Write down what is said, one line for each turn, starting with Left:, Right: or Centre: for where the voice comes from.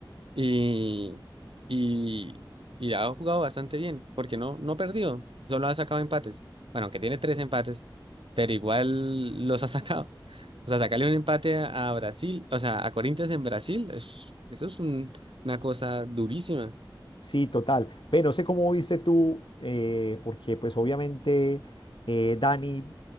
Right: y, y, y ha jugado bastante bien, porque no, no ha perdido, solo ha sacado empates. Bueno, que tiene tres empates, pero igual los ha sacado. O sea, sacarle un empate a a Brasil, o sea, a Corinthians en Brasil, es- eso es un- una cosa durísima.
Left: sí, total. Ve, no sé cómo viste tú, eh, porque pues obviamente eh, Dani